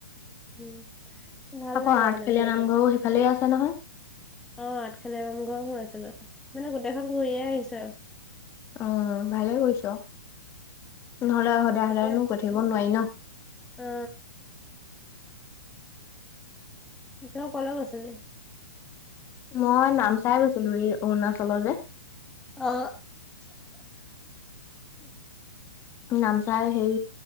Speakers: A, in the centre; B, on the left.
A: উম ভাল
B: আকৌ
A: লাগে
B: আঠফেলীয়া
A: মানে গৈ
B: নামঘৰো
A: পিনে।
B: সেইফালে আছে নহয়।
A: অ', আঠখলিয়া নামঘৰ সোমাইছিলো মানে গোটেইখন ঘূৰিয়ে আহিছো আৰু।
B: অ ভালে কৈছ, নহ'লে সদায়
A: তেতিয়া
B: সদায়নো গৈ থাকিব নোৱাৰি ন।
A: অ, তই অকলে গৈছিল।
B: মই নাম চাই গৈছিলো এই অৰুণাচল যে।
A: অ'
B: নামচাই সেই